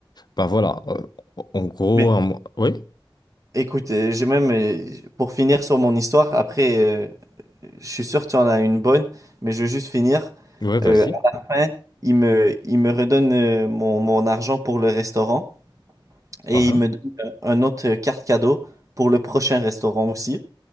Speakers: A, on the left (about 55°); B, on the right (about 40°).
A: Bah voilà. euh, en gros,
B: Mais
A: un... mois- oui,
B: écoute, euh, j'ai même, euh, pour finir sur mon histoire, après, euh, je suis sûr que tu en as une bonne, mais je veux juste finir.
A: ouais, vas-y.
B: Euh, à la fin, ils me, ils me redonnent euh, mon, mon argent pour le restaurant et
A: Ah,
B: ils
A: hein.
B: me donnent euh, un autre euh, carte cadeau pour le prochain restaurant aussi.